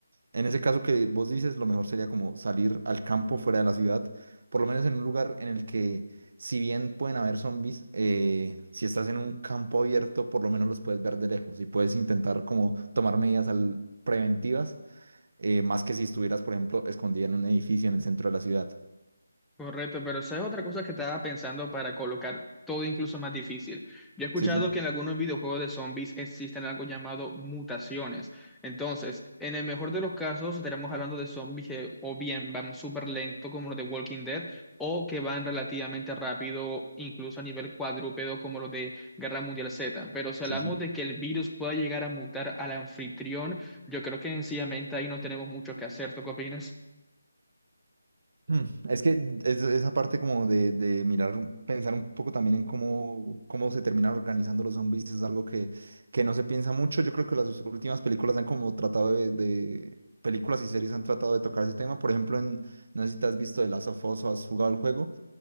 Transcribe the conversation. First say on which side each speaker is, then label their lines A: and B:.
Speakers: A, on the right; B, in the centre.
A: en ese caso que vos dices, lo mejor sería como salir al campo fuera de la ciudad, por lo menos en un lugar en el que, si bien pueden haber zombies, eh, si estás en un campo abierto, por lo menos los puedes ver de lejos y puedes intentar como tomar medidas al- preventivas, eh, más que si estuvieras, por ejemplo, escondida en un edificio en el centro de la ciudad.
B: Correcto, pero ¿sabes otra cosa que estaba pensando para colocar todo incluso más difícil? Yo he escuchado
A: Sí, sí,
B: que en algunos videojuegos de zombies existen algo llamado mutaciones. Entonces, en el mejor de los casos, estaremos hablando de zombies que o bien van súper lento como los de Walking Dead, o que van relativamente rápido, incluso a nivel cuadrúpedo como los de Guerra Mundial Z. Pero si
A: sí,
B: hablamos
A: sí.
B: de que el virus pueda llegar a mutar al anfitrión, yo creo que sencillamente ahí no tenemos mucho que hacer. ¿Tú qué opinas?
A: Mm, Es que es- esa parte como de, de mirar, un- pensar un poco también en cómo, cómo se terminan organizando los zombies es algo que, que no se piensa mucho. Yo creo que las últimas películas han como tratado de, de- películas y series han tratado de tocar ese tema. Por ejemplo, en, no sé si te has visto The Last of Us o has jugado el juego,